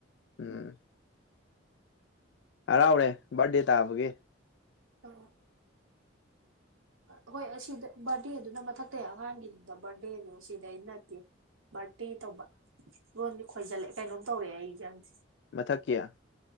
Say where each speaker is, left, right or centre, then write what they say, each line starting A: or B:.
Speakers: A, on the left (about 60°); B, on the right (about 90°).
A: ꯎꯝ ꯍꯔꯥꯎꯔꯦ ꯕꯔꯗꯦ ꯇꯥꯕꯒꯤ
B: ꯑ ꯑꯀꫭꯏ ꯑꯁꯤꯗ ꯕꯥꯔꯗꯦ ꯑꯗꯨꯅ ꯃꯊꯛꯇꯩ ꯑꯉꯥꯡꯒꯤꯗ ꯕꯔꯗꯦꯅꯤ ꯁꯤꯗꯩ ꯅꯠꯇꯦ ꯕꯥꯔꯠꯗꯦ ꯇꯧꯕ ꯂꯣꯟꯗꯤ ꯈꯣꯏꯖꯜꯂꯦ ꯀꯩꯅꯣꯝ ꯇꯧꯔꯛꯑꯦ ꯑꯩꯁꯦ ꯈꯪꯗꯦ
A: ꯃꯊꯛ ꯀꯌꯥ